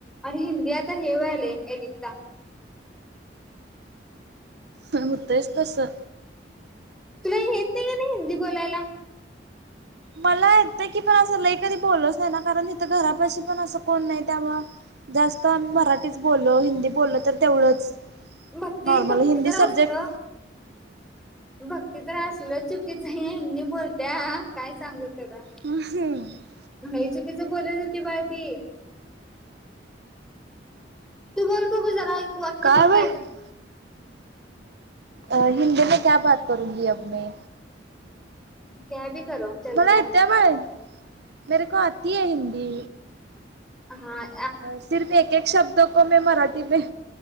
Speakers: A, in the centre; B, on the right.
A: आणि हिंदी आता हे व्हायले एक एकदा
B: हं होतयस तसं
A: तुला येत नाही म्हणे हिंदी बोलायला.
B: मला येतं की पण असं लई कधी बोलोस नाही ना, कारण तिथं घरापाशी पण असं कोण नाही त्यामुळ जास्त मराठीच बोललो हिंदी बोल्ल तर तेवढंच
A: भक्ती
B: नॉर्मल
A: भक्ती
B: हिंदी
A: तर
B: सब्जेक्ट
A: असलं भक्ती तर असलं चुकीचं हिंदी बोलत्या काय सांगू तुला?
B: ह
A: लई चुकीचं बोलत होती बाई ती. तू बोल बघू जरा एक वाक्य
B: काय
A: बोल
B: बाय
A: कायतरी
B: अ हिंदी मे क्या बात करूंगी अब मै.
A: क्या भी करो. चलता
B: मला
A: है
B: येते बाय मेरे को आती है हिंदी.
A: हाय
B: सिर्फ एक एक शब्द को मै मराठी पे